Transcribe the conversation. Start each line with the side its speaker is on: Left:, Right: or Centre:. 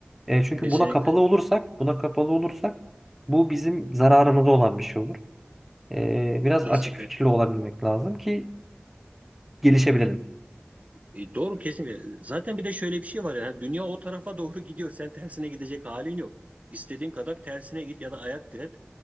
Centre: E, çünkü
Right: Kesinlikle.
Centre: buna kapalı olursak, buna kapalı olursak bu bizim zararımıza olan bir şey olur. E, biraz
Right: Kesinlikle.
Centre: açık fikirli olabilmek lazım ki gelişebilelim.
Right: E, doğru kesinlikle. Zaten bir de şöyle bir şey var ya. Dünya o tarafa doğru <laughs> gidiyor. Sen tersine gidecek halin yok. İstediğin kadar tersine git ya da ayak diret.